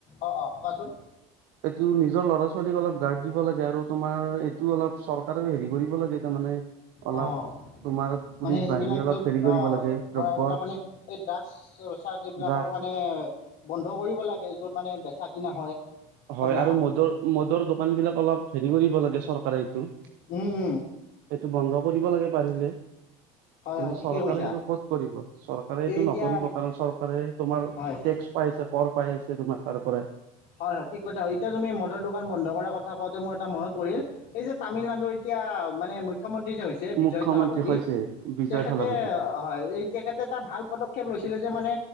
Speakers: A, on the left; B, on the right.
A: অ' অ' কোৱাচোন।
B: এইটো নিজৰ ল'ৰা ছোৱালীক অলপ গাৰ্ড দিব লাগে আৰু তোমাৰ এইটো অলপ চৰকাৰেও হেৰি কৰিব লাগে তাৰমানে অলপ
A: অু'
B: তোমাৰ পুলিচ
A: মানে
B: বাহিনী
A: এইবিলাক
B: অলপ
A: য'ত
B: হেৰি কৰিব
A: আহ
B: লাগে দ্ৰব্য
A: ধৰা এইবিলাক মানে এই ড্ৰাগছ চাগছ এইবিলাকৰ
B: ড্ৰাগছ
A: মানে বন্ধ কৰিব লাগে য'ত মানে বেছা কিনা হয়। সেইবিলাকত
B: হয় আৰু মদ মদৰ দোকান বিলাক অলপ হেৰি কৰিব লাগে চৰকাৰে এইটো
A: উম উম
B: এইটো বন্ধ কৰিব লাগে পাৰিলে। কিন্তু
A: হয় ঠিকেই
B: চৰকাৰে
A: কৈছা
B: এইটো কত কৰিব চৰকাৰে এইটো
A: এই এতিয়া
B: নকৰিব কাৰণ চৰকাৰে তোমাৰ
A: হয়
B: টেক্স পাই আছে, কৰ পাই আছে, তোমাৰ। তাৰপৰাই
A: হয় হয় ঠিক কথা হয় এতিয়া তুমি মদৰ দোকান বন্ধ কৰাৰ কথা কোৱাতে মোৰ এটা মনত পৰিল, এই যে তামিলনাডুৰ এতিয়া মানে মূ মূখ্য মন্ত্ৰী যে হৈছে বিজয়
B: মুখ্যমন্ত্ৰী
A: থালাপতি
B: হৈছে বিজয়
A: তেখেতে
B: থালাপতি
A: হয় এই তেখেতে এটা ভাল পদক্ষেপ লৈছিলে যে মানে